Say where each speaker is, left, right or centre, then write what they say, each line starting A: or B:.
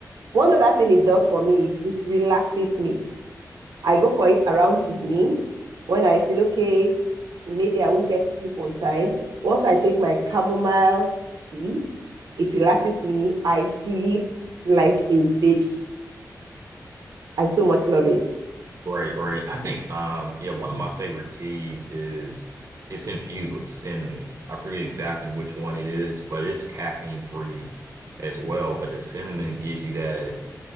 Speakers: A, on the right; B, on the right.
A: One other thing it does for me is it relaxes me. I go for it around evening when I feel okay, maybe I won't get to sleep on time. Once I take my chamomile tea, it relaxes me. I sleep like a baby. I so much love it.
B: Right, right. I think um yeah, one of my favorite teas is it's infused with cinnamon. I forget exactly which one it is, but it's caffeine free as well. But the cinnamon gives you that